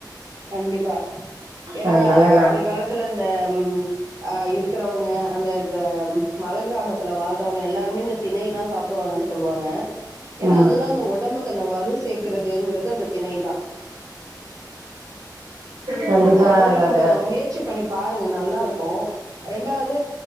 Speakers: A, on the right; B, on the right.
A: கண்டிப்பா ஏன்னா
B: அதனால நா
A: ஆதி காலத் துல இந்த அ இருக்கிறவங்க அந்த மல கிராமத் த்துல வாழ்றவங்க எல்லாருமே இந்த திணை தா சாப்பிடுவாங்கன்னு சொல்லுவாங்க ஏனா
B: ம்
A: அதுதா அந்த உடம்புக்கு அந்த வலு சேக்குறதுங்கிறது அந்த திணைதா
B: கண்டிப்பா
A: அதனால நீங்க
B: நா அத
A: மு முயற்சி பண்ணி பாருங்க நல்லா இருக்கு ரெண்டாவது